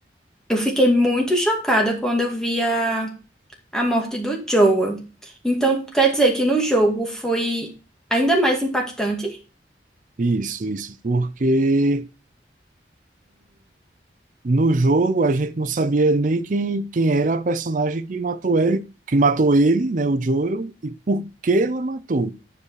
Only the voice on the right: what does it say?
Isso, isso, porque no jogo a gente não sabia nem quem, quem era a personagem que matou ele, que matou ele, né, o Joel, e por que ela matou.